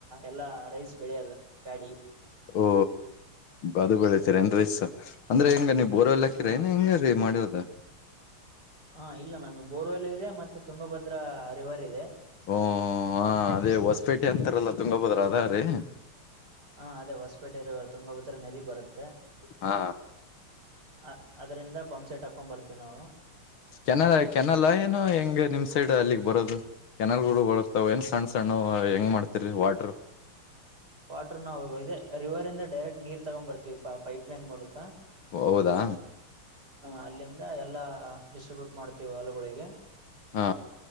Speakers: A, on the right; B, on the left.
A: ಎಲ್ಲಾ ರೈಸ್ ಬಿ ಪ್ಯಾಡಿ
B: ಓ ಅದು ಬೆಳಿತರಿ ಎನ್ರ ಅಂದ್ರೆ ಹೆಂಗ ನೀವು ಬೋರ್ ಎಲ್ಲಾಕಿರ
A: ಹ
B: ಏ ಹೆಂಗ ರೀ ಮಾಡರದ
A: ಹಾ ಇಲ್ಲ ನಮ್ಗೆ ಬೋರ್ವೆಲ್ ಇದೆ ಮತ್ತೆ ತುಂಗಭದ್ರಾ ರಿವರ್ ಇದೆ
B: ಹಓ ಹ ಅದೇ ಹೊಸಪೇಟೆ ಅಂತಾರಲ್ಲ ತುಂಗಭದ್ರ ಅದ ರೀ
A: ಹ ಅದೇ ಹೊಸಪೇಟೆರು ತುಂಗಭದ್ರೆ ನದಿ ಬರುತ್ತೆ
B: ಹಾ
A: ಅ ಅದರಿಂದ ಪಂಪ್ಸೆಟ್ ಹಕೊಂಡ್ಂಬರ್ತೀವಿ ನಾವು
B: ಕೆನಲ ಕೆನಲ ಏನು ಹೆಂಗ ನಿಮ್ ಸೈಡ್ ಅಲ್ಲಿಗ್ ಬರೋದು ಕೆನಲ್ ಗಳು ಬಳತಾವ ಏನ್ ಸಣ್ಣ ಸಣ್ಣ ಹೆಂಗ್ ಮಾಡ್ತರಿ ವಾಟ್ರ
A: ವಾಟರ್ ನೇ ರಿವರ್ ಇಂದ ಡೈರೆಕ್ಟ್ ನೀರ್ ತಗೊಂಡ್ ಬರ್ತೀವಿ ಪೈಪ್ಲನ್ ಮೂಲಕ
B: ಹೌದಾ
A: ಹ ಅಲ್ಲಿಂದ ಎಲ್ಲಾ ಡಿಸ್ಟ್ರಿಬ್ಯೂಟ್ ಮಾಡ್ತೀವಿ ಆಲಗಳಿಗೆ
B: ಹಾ